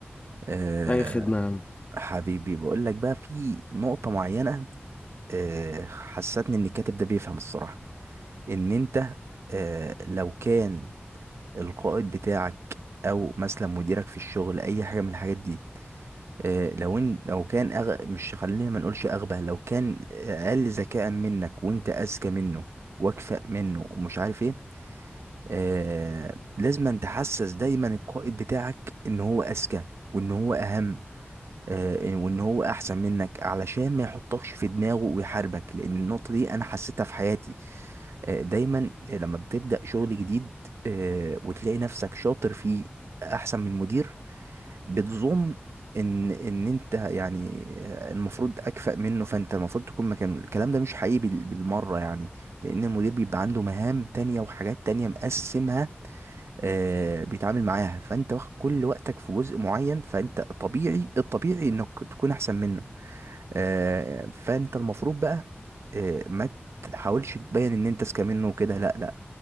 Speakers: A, on the right (about 85°); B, on the left (about 30°).
A: آه،
B: اي خدمة يا عم
A: حبيبي بقول لك بقى في نقطه معينه آه، حسستني ان الكاتب ده بيفهم الصراحه ان انت آه، لو كان القائد بتاعك او مثلا مديرك في الشغل اي حاجه من الحاجات دي آه، لو ان لو كان أغ... مش خلينا ما نقولش اغبى لو كان اقل ذكاء منك وانت اذكى منه واكفأ منه ومش عارف ايه آه... لازم تحسس دايما القائد بتاعك ان هو اذكى وان هو اهم آه... وان هو احسن منك علشان ما يحطكش في دماغه ويحاربك لان النقطة دي انا حسيتها في حياتي آه... دايما لما بتبدأ شغل جديد آه... وتلاقي نفسك شاطر فيه احسن من المدير بتظن ان ان انت يعني آه، المفروض اكفأ منه فانت المفروض تكون مكانه الكلام ده مش حقيقي بال- بالمره يعني لان المدير بيبقى عنده مهام تانية وحاجات تانية مقسمها آه بيتعامل معاها فانت واخد كل وقتك في جزء معين فانت طبيعي الطبيعي انك تكون احسن منه آه فانت المفروض بقى آه ما تحاولش تبين ان انت اذكى منه وكده لا لا